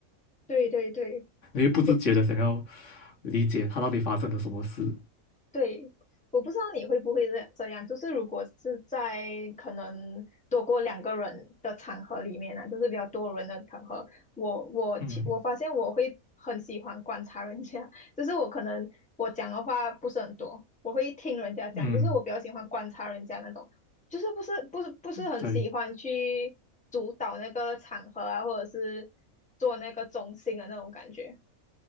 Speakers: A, in the centre; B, on the left.
A: 对对对。
B: 你会不自觉的想要
A: 诶，
B: 理解他到底发生了什么事。
A: 对，我不知道你会不会这样这样，就是如果是在可能多过两个人的场合里面啊，就是比较多人的场合，我我其我发现我会很喜欢观察人家，
B: 嗯
A: <laughs> 就是我可能我讲的话不是很多，我会听人家讲，
B: 嗯，
A: 就是我比较喜欢观察人家那种，就是不是不是不是很喜欢去主导那个场合啊，
B: 对，
A: 或者是做那个中心的那种感觉。